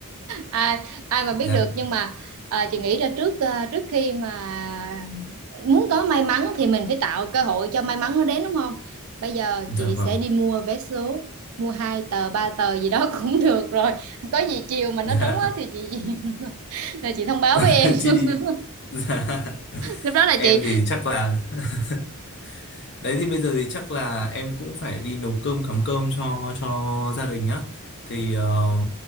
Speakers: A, on the right; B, on the left.
A: ai ai mà biết
B: Dạ,
A: được nhưng mà ờ, chị nghĩ ra trước ờ, trước khi mà muốn có may mắn thì mình phải tạo cơ hội cho may mắn nó đến đúng không bây giờ
B: dạ
A: chị
B: vâng,
A: sẽ đi mua vé số mua hai tờ ba tờ gì đó <laughs> cũng được rồi có gì chiều mà nó
B: dạ,
A: trúng á thì chị <laughs> là chị thông báo
B: <laughs>
A: với em
B: chị đi,
A: <laughs>
B: dạ, <laughs>
A: lúc đó là chị
B: em thì chắc là <laughs> Đấy thì bây giờ thì chắc là em cũng phải đi nấu cơm cắm cơm cho cho gia đình á. Thì ờ,